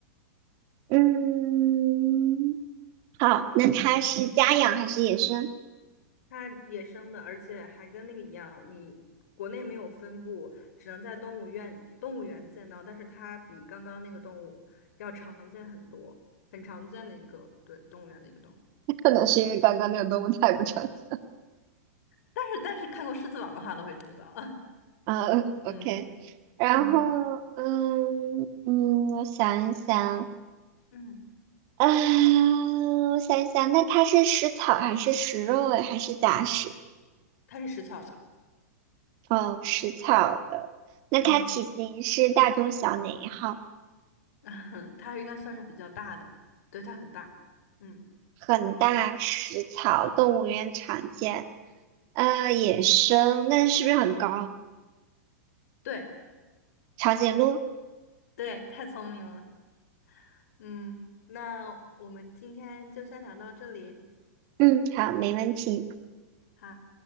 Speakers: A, on the right; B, on the left.
A: 嗯，好，那它是家养还是野生？
B: 它野生的，而且还跟那个一样，你国内没有分布，只能在动物园动物园见到，但是它比刚刚那个动物要常见很多，很常见的一个，对，动物园的一个动物。
A: 可能是因为刚刚那个动物太不常见。
B: 但是但是看过《狮子王》的话都会知道，
A: 啊，OK，
B: <laughs> 嗯，
A: 然后，
B: 嗯
A: 嗯嗯，我想一想。
B: 嗯，
A: 啊，我想一想，那它是食草还是食肉类还是杂食？
B: 它是食草的，
A: 哦，食草的。那它体型是大中小哪一号？
B: 嗯，<laughs> 它应该算是比较大的，对，它很大，嗯，
A: 很大，食草，动物园常见。呃，野生，那是不是很高？
B: 对
A: 长颈鹿？
B: 对，太聪明了，嗯，那我们今天就先聊到这里，
A: 嗯，好，没问题。
B: 好。